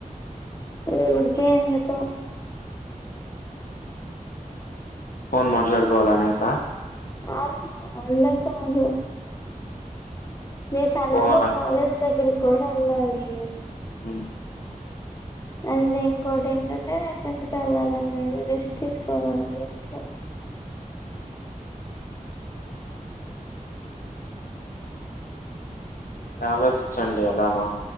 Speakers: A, on the left; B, on the left.
A: ఏ ఊరికే ఎందుకో
B: ఫోన్ మాట్లాడుకోవాలనేస
A: ఆహువ అల్ల కాదు రేపు ఎలాగో
B: పోవాలని
A: పెలబ కాలేజ్ దగ్గరి కూడ ఎళ్ళాలి
B: మ్
A: అంటే ఇంకోటి ఏంటంటే రేపు ఎందుకో ఎళ్ళాలని రెస్ట్ తీసుకోవాలని ఉంది ఇంట్లో
B: ఆలోచించండి ఎలానో